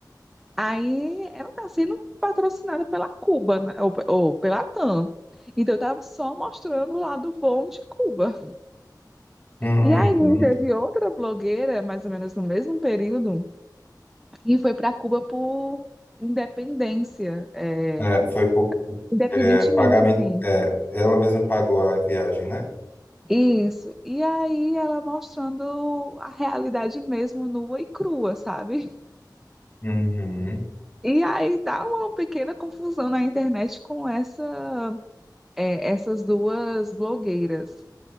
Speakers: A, in the centre; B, on the left.
A: Aí ela está sendo patrocinada pela Cuba, né? Ou, ou pela TAM. Então eu tava só mostrando o lado bom de Cuba.
B: hum,
A: E aí
B: hum.
A: teve outra blogueira, mais ou menos no mesmo período, e foi para Cuba por independência, é,
B: É, foi por
A: independentemente,
B: é, pagamento.
A: assim.
B: é, ela mesma pagou a viagem, né?
A: Isso. E aí ela mostrando a realidade mesmo nua e crua, sabe?
B: Uhum.
A: E aí dá uma pequena confusão na internet com essa, é, essas duas blogueiras.